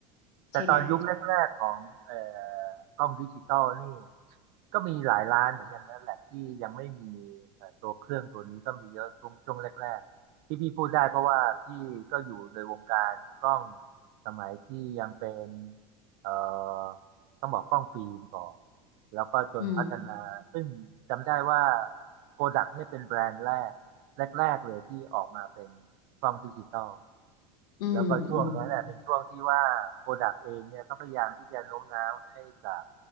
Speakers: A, on the right; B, on the left.
A: แต่ตอนยุคแรกๆของเอ่
B: ใช่ไหม
A: อกล้องดิจิตอลนี่ก็มีหลายร้านเหมือนกันนั่นแหละที่ยังไม่มีเอ่อตัวเครื่องตัวนี้ก็มีเยอะช่วงช่วงแรกๆที่พี่พูดได้เพราะว่าพี่ก็อยู่ในวงการกล้องสมัยที่ยังเป็นเอ่อต้องบอกกล้องฟิล์มก่อนแล้วก็จนพัฒนาซึ่งจำได้ว่า
B: อืม
A: โ o ดักเนี่ยเป็นแบรนด์แรกแรกๆเลยที่ออกมาเป็นกล้องดิจิตอล
B: อืมอืม
A: แล้วก็ช่วงนั้นน่ะเป็นช่วงที่ว่าโปรดักต์เองเนี่ยก็พยายามที่จะโน้มน้าวให้กับ